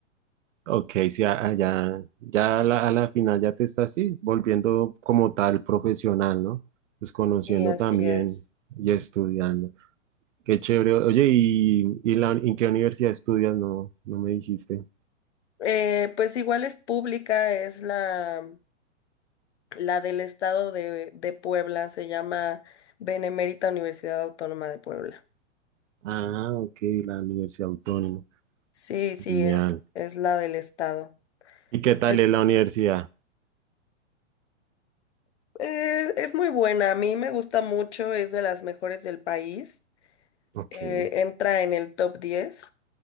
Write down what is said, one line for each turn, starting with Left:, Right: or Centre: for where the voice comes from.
Right: Ok, sí, a- a- ya, ya a la, a la final ya te estás así, volviendo como tal profesional, ¿no? Pues conociendo
Left: Sí, así
Right: también
Left: es.
Right: y estudiando. Qué chévere. Oye, ¿y, y la, en qué universidad estudias? No, no me dijiste.
Left: Eh, pues igual es pública, es la La del estado de, de Puebla se llama Benemérita Universidad Autónoma de Puebla.
Right: Ah, ok, la Universidad Autónoma.
Left: Sí, sí,
Right: Genial.
Left: es, es la del estado.
Right: ¿Y qué tal
Left: Pues
Right: es la universidad?
Left: eh, es muy buena, a mí me gusta mucho, es de las mejores del país.
Right: Ok,
Left: eh, entra en el top diez